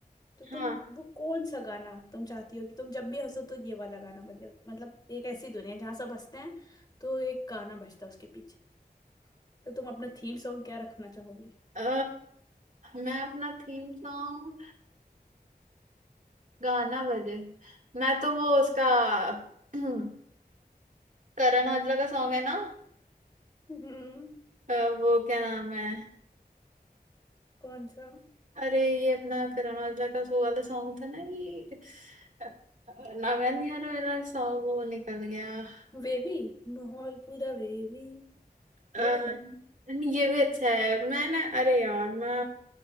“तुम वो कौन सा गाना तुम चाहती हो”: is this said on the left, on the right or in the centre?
Left